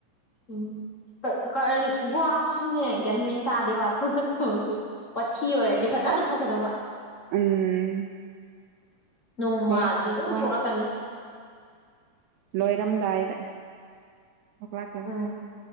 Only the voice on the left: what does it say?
ꯎꯝ ꯀꯔꯤ ꯒꯨꯍꯥꯁꯤꯁꯨꯅꯦ ꯒꯌꯥꯟꯃꯦꯟ ꯇꯥꯗꯦꯕꯊꯣꯛ ꯇꯧꯁꯤꯦ ꯄꯊꯤ ꯑꯣꯏꯔꯅꯤ ꯐꯖꯅ
ꯊꯣꯛꯀꯗꯕ
ꯅꯣꯡꯃꯗꯤ
ꯑꯗꯨꯝ
ꯊꯣꯛꯂꯛꯀꯅꯤ
ꯎꯝ